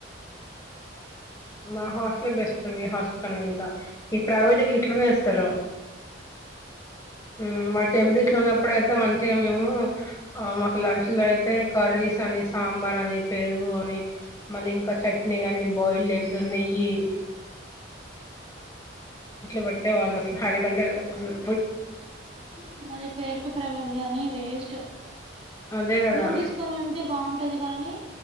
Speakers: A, on the left; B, on the right.
A: మా హాస్టిల్ బెస్ట్ మీ హస ఇంకా ఈ ప్రైవేట్ కి ఇట్లనే వేస్తారు ఆ మచ్ టెంపరీస్ లో ఉన్నప్పుడ అయితే మంచిగా మేము మాకు లంచ్ లో అయితే కర్రీస్ అని సాంబార్ పెరుగు అనీ మ ఇంకా చట్నీ అనీ బాయిల్ ఇగ నెయ్యి ఇట్లే బట్టే వాళ్ళ అసలు హాలీడే ఉండదు అసల
B: ఆ మాది పేరుకి ప్రైవేట్ గాని వేస్ట్
A: అదే కదా
B: రూమ్ తీసుకొని ఉంటే బాగుంటది కానీ